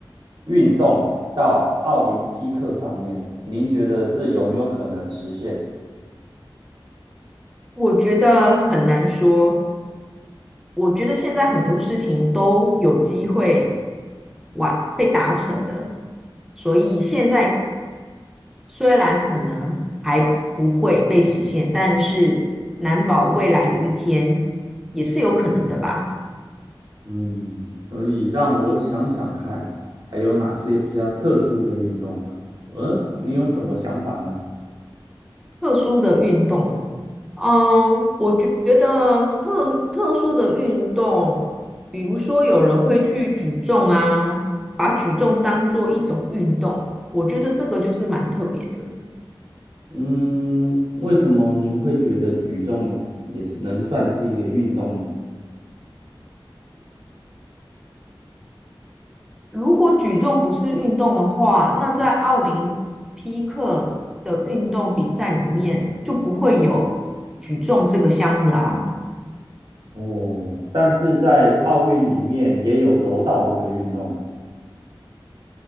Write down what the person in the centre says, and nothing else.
我觉得很难说。我觉得现在很多事情都有机会完被达成的，所以现在虽然可能还不会被实现，但是难保未来有一天也是有可能的吧。
特殊的运动。嗯，我觉觉得特特殊的运动，比如说有人会去举重啊，把举重当做一种运动，我觉得这个就是蛮特别的。
如果举重不是运动的话，那在奥林匹克的运动比赛里面就不会有举重这个项目啦。